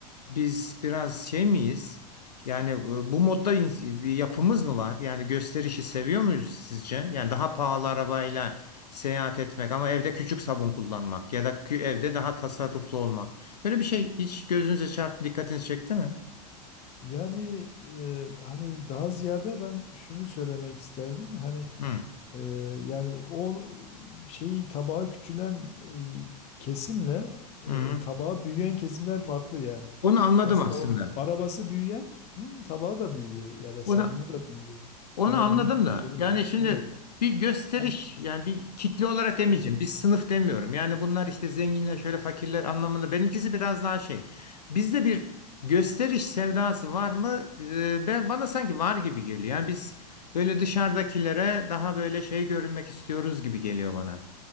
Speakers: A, on the left; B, on the left.
A: biz biraz şey miyiz? Yani e, bu modda in- bir yapımız mı var? Yani gösterişi seviyor muyuz sizce? Yani daha pahalı arabayla seyahat etmek ama evde küçük sabun kullanmak ya da kü- evde daha tasarruflu olmak. Böyle bir şey hiç gözünüze çarptı, dikkatinizi çekti mi?
B: Yani e, hani daha ziyade ben şunu söylemek isterdim. Hani
A: Hı.
B: Ee, yani o şeyi tabağı küçülen e, kesimle e,
A: Hı.
B: tabağı büyüyen kesimler farklı yani.
A: Onu anladım
B: Aslında
A: aslında.
B: o arabası büyüyenin tabağı da büyüyor ya da sabunu
A: Onu,
B: da büyüyor.
A: onu
B: Daha
A: anladım
B: büyük büyük
A: da
B: gelir.
A: yani şimdi
B: Evet.
A: bir gösteriş
B: Hat-
A: yani bir kitle olarak demeyeceğim.
B: evet.
A: Bir sınıf demiyorum. Yani bunlar işte zenginler şöyle fakirler anlamında. Benimkisi biraz daha şey. Bizde bir gösteriş sevdası var mı? Ee, ben bana sanki var gibi geliyor. Yani biz böyle dışarıdakilere daha böyle şey görünmek istiyoruz gibi geliyor bana.